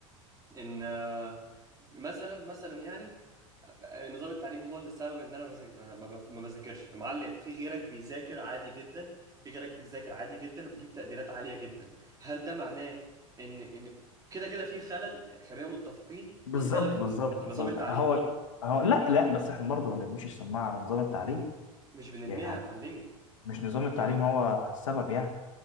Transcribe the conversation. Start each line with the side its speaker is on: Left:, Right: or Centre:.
Right: ان آه، مثلا مثلا يعني نظام التعليم هو اللي السبب ان انا مذاك- ما بف- ما بذاكرش معلم في غيرك بيذاكر عادي جدا في غيرك بيذاكر عادي جدا وبيجيب تقديرات عالية جدا هل ده معناه ان ان كده كده في خلل يعني خلينا متفقين
Left: بالظبط
Right: في خلل في
Left: بالظبط
Right: في
Left: بالظبط.
Right: في النظام التعليمي
Left: هو هو لا لا بس احنا برضه ما نرميش السماعة على نظام التعليم
Right: مش بنرميها
Left: يعني
Right: يا معلمي
Left: مش نظام التعليم
Right: يا م...
Left: هو السبب يعني